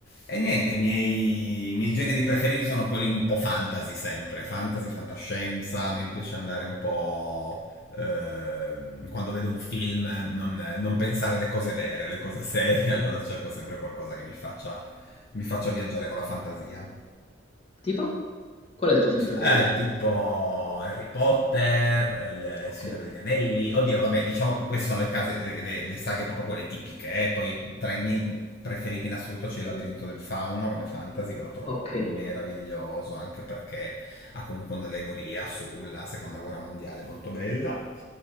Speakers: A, on the left; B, on the left.
A: E niente, i miei, i miei generi preferiti sono quelli un po' fantasy sempre, fantasy, fantascienza, a me mi piace andare un po'... ehm, quando vedo un film non, non pensare alle cose vere, alle cose serie, <laughs> allora cerco sempre qualcosa che mi faccia, mi faccia viaggiare con la fantasia.
B: Tipo? Qual è il tuo film preferito?
A: Eh, tipo Harry Potter, il
B: Ok,
A: Signore degli Anelli. Oddio, vabbè, diciamo che queste sono le, case, le, le- le saghe proprio quelle tipiche. eh. Poi tra i miei preferiti in assoluto c'è il Labirinto del Fauno come fantasy, che lo trovo
B: ok,
A: meraviglioso anche perché ha comunque un'allegoria sulla seconda guerra mondiale molto bella.